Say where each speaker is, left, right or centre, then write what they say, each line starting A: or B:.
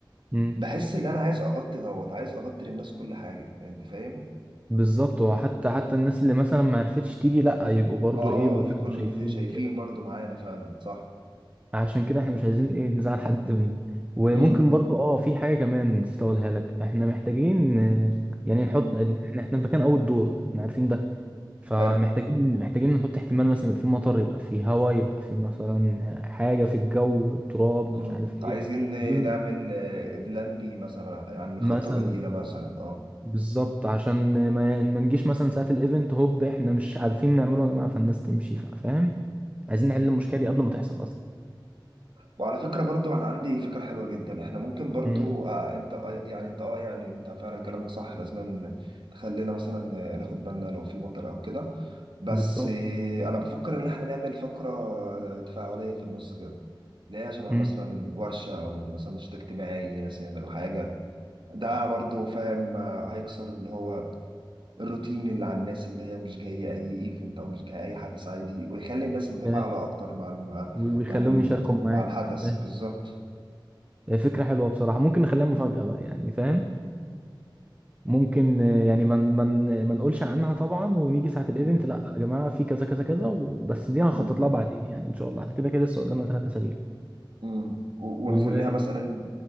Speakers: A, on the right (about 15°); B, on the right (about 70°).
A: مم.
B: بحس ان انا عايز اغطي دوت عايز اغطي للناس كل حاجه انت فاهم
A: بالظبط وحتى حتى الناس اللي مثلا ما عرفتش تيجي لا يبقوا برضو
B: اه
A: ايه يبقوا كانوا
B: يكون
A: شايفين
B: شايفين
A: كده
B: برضو معانا فعلا صح
A: عشان كده احنا مش عايزين ايه نزعل حد مننا وممكن
B: امم
A: برضو اه في حاجة كمان نسيت اقولها لك احنا محتاجين آه، يعني
B: امم
A: نحط احنا احنا في مكان اول دور احنا عارفين ده فمحتاجين
B: حلو
A: محتاجين نحط احتمال مثلا يبقى في مطر يبقى في هواء يبقى في مثلا حاجة في الجو تراب
B: امم
A: مش عارف ايه
B: عايزين
A: محتاجين
B: نعمل آه، بلان بي مثلا يعني
A: مثلا
B: خطه بديله مثلا اه
A: بالظبط عشان ما, ما نجيش مثلا ساعة الايفنت هوب احنا مش عارفين نعمله يا جماعة فالناس تمشي ف- فاهم عايزين نحل المشكلة دي قبل ما تحصل اصلا
B: وعلى فكرة برضو أنا عندي فكرة حلوة جدا إحنا ممكن برضو
A: مم.
B: آه أنت آه يعني أنت أه يعني أنت فعلا كلامك صح لازم خلينا مثلا آه، ناخد بالنا لو في مطر أو كده بس
A: بالظبط
B: آه أنا بفكر إن إحنا نعمل فقرة آه، تفاعلية في النص كده اللي هي شبه
A: مم.
B: مثلا ورشة أو مثلا نشاط اجتماعي ناس يعملوا حاجة ده برضو فاهم آه، هيكسر اللي هو الروتين اللي على الناس اللي هي مش جاية أي إيفنت أو مش جاية أي حدث عادي ويخلي الناس متفاعلة
A: آه،
B: أكتر مع الم...
A: ويخلوهم
B: يعني
A: يشاركوا معاك
B: مع الحدث
A: آه،
B: بالظبط
A: فكرة حلوة بصراحة ممكن نخليها مفاجأة بقى يعني فاهم ممكن آه، يعني ما من ما ما نقولش عنها طبعا ونيجي ساعة الايفنت
B: مم.
A: لا يا جماعة في كذا كذا كذا و... بس دي هخطط
B: مم.
A: لها بعدين يعني ان شاء الله كده كده لسه قدامنا ثلاث اسابيع
B: مم. و-
A: و
B: ونخليها مثلا